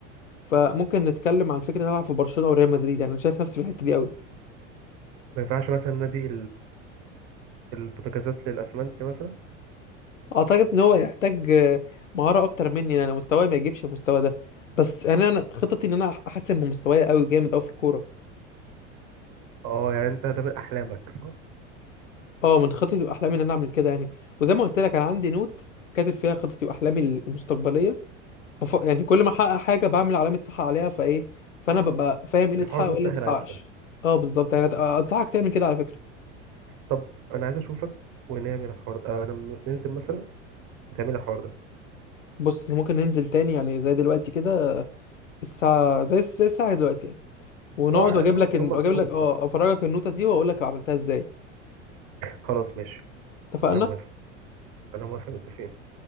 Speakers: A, on the left; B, on the right.
A: فممكن نتكلم عن فكره ان انا العب في برشلونه وريال مدريد يعني انا شايف نفسي في الحته دي قوي
B: ما ينفعش مثلا نادي البوتاجازات للأسمنت مثلا
A: اعتقد ان هو يحتاج آه، مهاره اكتر مني انا مستواي ما يجيبش المستوى ده بس انا انا خطتي ان انا احسن من مستواي قوي جامد قوي في الكوره
B: اه يعني انت ده من أحلامك صح؟
A: اه من خطتي واحلامي ان انا اعمل كده يعني وزي ما قلت لك انا عندي نوت كاتب فيها خطتي واحلامي المستقبليه بف... يعني كل ما احقق حاجه بعمل علامه صح عليها فايه فانا ببقى فاهم ايه اللي
B: الحوار
A: اتحقق
B: متسهل
A: وايه اللي متحققش
B: عليك شوية
A: اه بالظبط يعني أت- انصحك تعمل كده على فكره
B: طب أنا عايز أشوفك ونعمل الحوار ده آه لما ننزل مثلا وتعمل الحوار ده
A: بص إحنا ممكن ننزل تاني يعني زي دلوقتي كده الساعه زي زي الساعه دلوقتي يعني ونقعد
B: اه عايز
A: واجيب
B: أشوفك
A: لك ال-
B: يوم مخصوص
A: واجيب لك اه
B: بقى.
A: افرجك النوتة دي واقول لك عملتها ازاي
B: خلاص ماشي
A: اتفقنا
B: أنا موافق أنا موافق متفقين